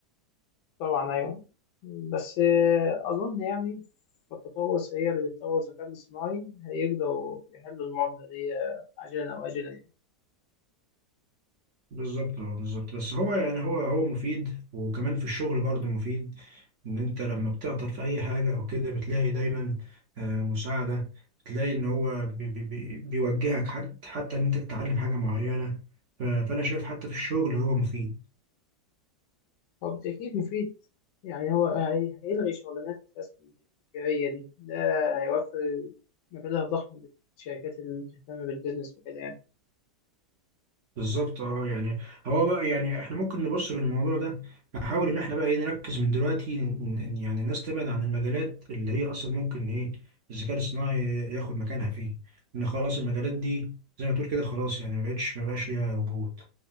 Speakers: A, on the left (about 80°); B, on the right (about 65°).
A: طبعا أيوة بس آه، أظن يعني في التطور السريع اللي بيتطور الذكاء الاصطناعي هيقدروا يحلوا المعضلة دي آه، عاجلا أو آجلا يعني
B: بالظبط اه بالظبط بس هو يعني هو هو مفيد وكمان في الشغل برضه مفيد ان انت لما بتعطل في اي حاجه او كده بتلاقي دايما آه، مساعده بتلاقي ان هو بي بي بي بيوجهك حتى حتى ان انت تتعلم حاجه معينه ف- فانا شايف حتى في الشغل هو مفيد
A: هو بالتأكيد مفيد يعني هو هي- هيلغي شغلانات أساسا التكرارية دي ده هيوفر مبالغ ضخمة للشركات اللي بتهتم بالبيزنس وكده يعني
B: بالظبط اه يعني هو بقى يعني احنا ممكن نبص للموضوع ده نحاول ان احنا بقى ايه نركز من دلوقتي إن- إن يعني الناس تبعد عن المجالات اللي هي اصلا ممكن ايه الذكاء الصناعي ياخد مكانها فيه ان خلاص المجالات دي زي ما تقول كده خلاص يعني ما بقتش ما بقاش ليها وجود